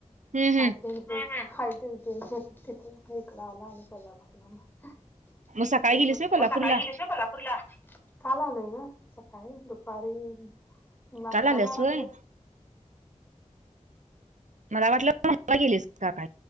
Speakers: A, on the right (about 75°); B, on the left (about 15°).
A: हम्म हम्म
B: हाय तेवढं हाय त्याच ड्रेस वर तिथून मग इकडं आल आणि कोल्हापूरला मग म
A: मग सकाळी गेलीस होय कोल्हापूरला
B: सकाळी गेलीस ना कोल्हापूरला? काल आलोय ग सकाळी दुपारी मग अकरा
A: काल आल्यास
B: बाराच्या
A: होय
B: दर
A: मला वाटलं <inaudible> गेलीस का काय?